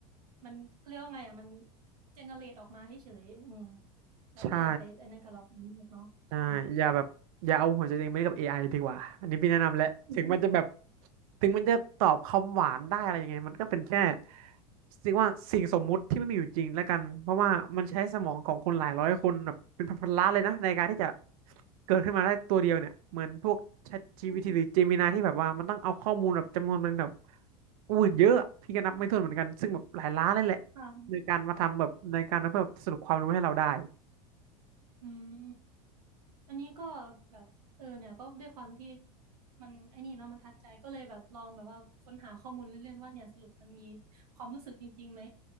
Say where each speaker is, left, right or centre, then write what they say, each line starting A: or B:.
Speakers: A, on the right (about 80°); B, on the right (about 65°).
A: มันเขาเรียกว่าไงอ่ะมันเจเนเรตออกมาให้เฉยอืมเราก็อย่าไปอันนั้นกับเราเนาะค่ะ
B: ใช่ ใช่อย่าแบบอย่าเอาหัวใจตัวเองไปเล่นกับ AI ดีกว่าอันนี้พี่แนะนำแหละถึงมันจะแบบ
A: <laughs> อื
B: ถึงมันจะตอบคำหวานได้อะไรยังไงมันก็เป็นแค่เรียกว่าสิ่งสมมุติที่ไม่มีอยู่จริงแล้วกัน เพราะว่ามันใช้สมองของคนหลายร้อยคนแบบเป็นพันๆล้านเลยนะในการที่จะเกิดขึ้นมาได้ตัวเดียวเนี่ย เหมือนพวก ChatGPT
A: ม
B: หรือ Gemini ที่แบบว่ามันต้องเอาข้อมูลแบบจำนวนมันแบบอู้เยอะอะพี่ก็นับไม่ถ้วนเหมือนกันซึ่งแบบหลายล้านเลยแหละ
A: ค่ะ
B: ในการมาทำแบบในการมาเพื่อแบบสรุปความรู้ให้เราได้
A: อืม อันนี้ก็แบบเออเนี่ยก็ด้วยความที่มันไอ้นี่เนาะมันทัดใจก็เลยแบบลองแบบว่าค้นหาข้อมูลเล่นๆว่าเนี่ยสรุปมันมีความรู้สึกจริงๆไหม